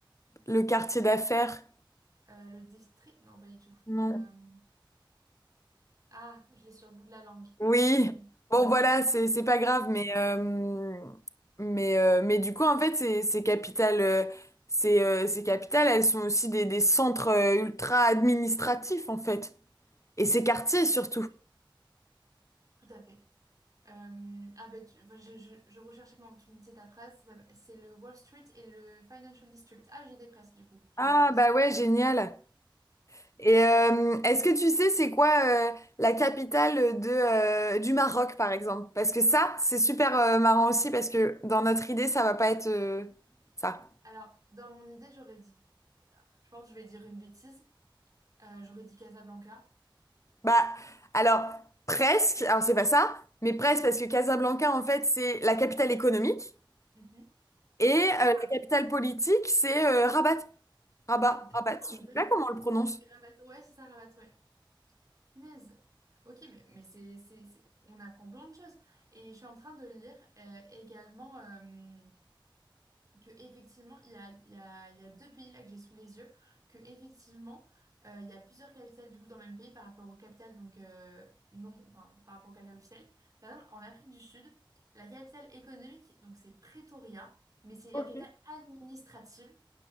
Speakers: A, on the left; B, on the right.
A: le quartier d'affaires?
B: Euh, le district, non, pas du tout.
A: Non.
B: Euh, ah, je l'ai sur le bout de la langue.
A: Oui,
B: Euh,
A: bon voilà, c'est c'est pas grave, mais
B: ouais,
A: euh, mais euh, mais du coup en fait ces ces capitales, euh, ces euh, ces capitales, elles sont aussi des des centres euh, ultra administratifs en fait, et ces quartiers surtout.
B: tout à fait. Tout à fait. Euh, ah ben, tu- enfin, je, je, je recherchais pendant que tu me disais ta phrase. Ça s'appelle- C'est le Wall Street et le Financial District. Ah, j'étais presque du coup. J'avais
A: Ah
B: dit district.
A: bah ouais, génial. Et euh, est-ce que tu sais c'est quoi euh, la capitale de euh, du Maroc par exemple? Parce que ça c'est super euh, marrant aussi parce que dans notre idée ça va pas être euh, ça.
B: Alors, dans mon idée, j'aurais dit Je pense que je vais dire une bêtise. Euh, j'aurais dit Casablanca.
A: Bah, alors, presque, alors c'est pas ça, mais presque parce que Casablanca, en fait, c'est la capitale économique
B: Mhm.
A: et
B: Ah,
A: euh, la capitale politique, c'est euh, Rabat. Rabat,
B: d-
A: Rabat,
B: ah,
A: je sais
B: d'accord.
A: pas comment on le prononce.
B: Ok, Rabat. Ouais, c'est ça, Rabat, ouais. Punaise. Ok, mais, mais c'est, c'est, c'est- on apprend plein de choses. Et je suis en train de lire euh, également. euh, que effectivement il y a, il y a- il y a deux pays là que j'ai sous les yeux que effectivement euh, il y a plusieurs capitales du coup dans le même pays par rapport aux capitales donc euh, non enfin par rapport aux capitales officielles par exemple en Afrique du Sud la capitale économique donc c'est Pretoria mais c'est
A: Ok.
B: la capitale administrative